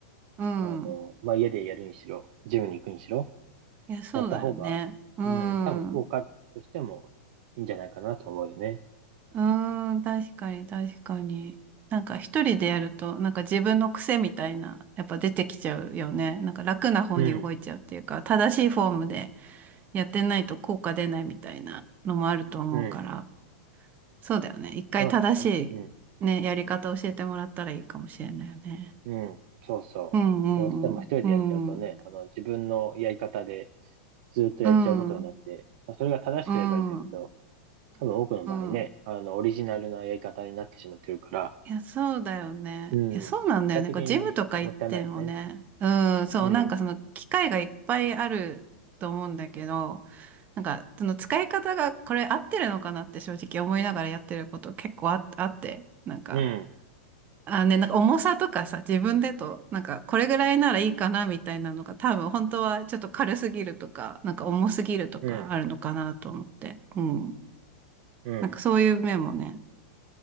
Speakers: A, on the right; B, on the right.
A: うん。
B: あの、まあ家でやるにしろ、ジムに行くにしろ、
A: いや、そうだよね。
B: やった方が、
A: うん。
B: うん、多分効果としてもいいんじゃないかなと思うよね。
A: うーん、確かに、確かに。なんか一人でやると、なんか自分の癖みたいな、やっぱ出てきちゃうよね。なんか楽な方に動いちゃうっていうか、
B: うん、
A: 正しいフォームでやってないと効果出ないみたいなのもあると思うから、
B: うん。
A: そうだよね。一回正しいね、
B: そうだね。うん。
A: やり方教えてもらったらいいかもしれないよね。
B: うん、そうそう。
A: うん、う
B: どうしても一人でやっちゃうとね、
A: ん、うん、う
B: あの、自分のやり方でずっとやっちゃうことになって、
A: ん、うん、
B: まあ、それが正しければいいんだけど、
A: うん、
B: 多分多くの場合ね、
A: うん。
B: あの、オリジナルなやり方になってしまってるから、
A: いや、そうだよね。
B: うん、
A: いや、そうなんだよね。
B: 結果的にもったいないよね。
A: こう、ジムとか行ってもね。うん、そう、
B: うん、
A: なんかその機械がいっぱいあると思うんだけど、なんか、その使い方がこれ合ってるのかなって正直思いながらやってること結構あ、あって、なんか、
B: うん、
A: あね、なんか重さとかさ、自分でと、なんかこれぐらいならいいかなみたいなのが多分本当はちょっと軽すぎるとか、なんか重すぎるとかあるのかなと思って。
B: うん、
A: うん。
B: うん、
A: なんかそういう面もね、